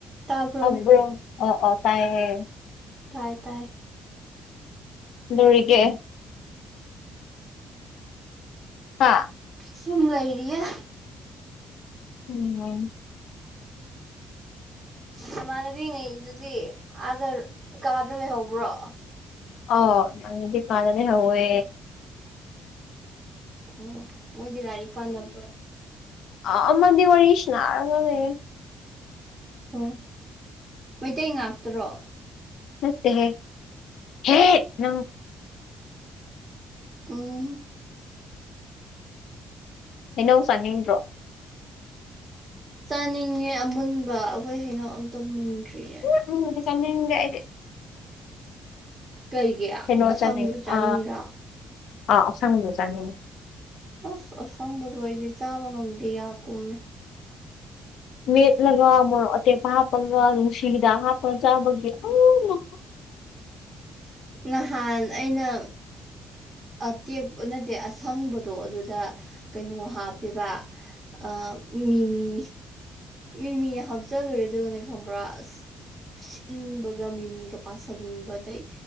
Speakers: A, on the right (about 20°); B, on the left (about 75°).
A: ꯇꯥꯕ꯭ꯔꯣ
B: ꯇꯥꯔꯤꯕ꯭ꯔꯣ ꯑꯧ ꯑꯧ ꯇꯥꯏꯌꯦ
A: ꯇꯥꯏ ꯇꯥꯏ
B: ꯀꯩꯗꯧꯔꯤꯒꯦ ꯍꯥ
A: ꯁꯨꯃ ꯂꯩꯔꯤꯌꯦ
B: ꯎꯝ
A: ꯃꯃꯥꯟꯅꯕꯤꯉꯩꯗꯨꯗꯤ ꯑꯥꯗ ꯀꯥꯗ ꯂꯩꯍꯧꯕ꯭ꯔꯣ
B: ꯑꯧ ꯏꯃꯥꯟꯅꯕꯤ ꯀꯥꯗ ꯂꯩꯍꯧꯋꯦ
A: ꯑꯣ ꯃꯣꯏꯗꯤ ꯂꯥꯏꯔꯤꯛ ꯄꯥꯅꯕ꯭ꯔꯣ
B: ꯑꯥ ꯑꯃꯗꯤ ꯋꯥꯔꯤ ꯁꯥꯟꯅꯔꯒ ꯂꯩꯌꯦ
A: ꯑꯣ ꯃꯩꯇꯩ ꯉꯥꯛꯇꯔꯣ
B: ꯅꯠꯇꯦ ꯍꯦ ꯍꯦ ꯅꯪ
A: <inaudible> ꯑ
B: ꯍꯩꯅꯧ ꯆꯥꯅꯤꯡꯗ꯭ꯔꯣ
A: ꯆꯥꯅꯤꯡꯉꯦ ꯑꯃꯨꯟꯕ ꯑꯩꯈꯣꯏ ꯍꯩꯅꯧ ꯑꯝꯇ ꯃꯨꯟꯗ꯭ꯔꯤꯌꯦ
B: ꯍꯩꯅꯧ ꯃꯦꯠꯄ ꯆꯥꯅꯤꯡꯗꯦ ꯑꯩꯗꯤ
A: ꯀꯩꯒꯤ
B: ꯀꯩꯅꯣ
A: ꯑꯁꯪꯕꯗꯣ
B: ꯆꯥꯅꯤꯡꯑꯦ
A: ꯆꯥꯅꯤꯡꯉꯤꯔꯥ
B: ꯑ ꯑꯥ ꯑꯁꯡꯕꯤꯗꯣ ꯆꯥꯅꯤꯡꯉꯦ
A: ꯑꯁ ꯑꯁꯪꯕꯗꯣ ꯑꯩꯗꯤ ꯆꯥꯕ ꯉꯝꯗꯦ ꯌꯥ ꯀꯨꯝꯃꯦ
B: ꯃꯦꯠꯂꯒ ꯃꯣꯔꯣꯛ ꯑꯇꯦꯛꯄ ꯍꯥꯞꯄꯒ ꯅꯨꯡꯁꯤ ꯍꯤꯗꯥꯛ ꯍꯥꯞꯄꯒ ꯆꯥꯕꯒꯤ ꯑ ꯃꯍꯥꯎꯗꯣ
A: ꯅꯍꯥꯟ ꯑꯩꯅ ꯑꯇꯦꯛꯄ ꯅꯠꯇꯦ ꯑꯁꯪꯕꯗꯣ ꯑꯗꯨꯗ ꯀꯩꯅꯣ ꯍꯥꯞꯄꯦꯕ ꯑ ꯃꯤꯃꯤ ꯃꯤꯃꯤ ꯍꯥꯞꯆꯜꯂꯨꯔꯦ ꯑꯗꯨꯒꯅꯦ ꯈꯪꯕ꯭ꯔꯥ ꯑꯁ ꯁꯤꯟꯕꯒ ꯃꯤꯃꯤꯒ ꯄꯥꯁꯟꯕꯗꯩ